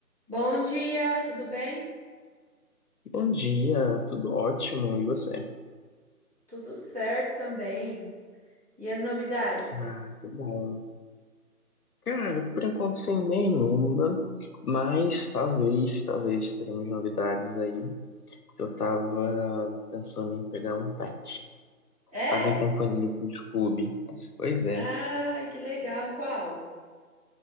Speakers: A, on the right; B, on the left.
A: Bom dia, tudo bem?
B: Bom dia, tudo ótimo, e você?
A: Tudo certo também. E as novidades?
B: Ah, que bom. Cara, por enquanto sem nenhuma, mas talvez, talvez teremos novidades aí. Eu tava pensando em pegar um pet,
A: É?
B: fazer companhia pro Scooby. Pois é.
A: Ai, que legal. Qual?